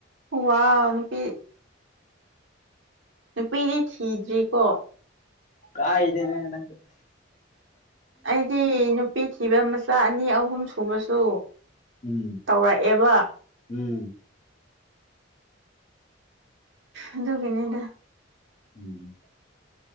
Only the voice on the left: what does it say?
ꯀ ꯏꯗꯦꯅꯦꯪ
ꯎꯝ
ꯎꯝ
ꯎꯝ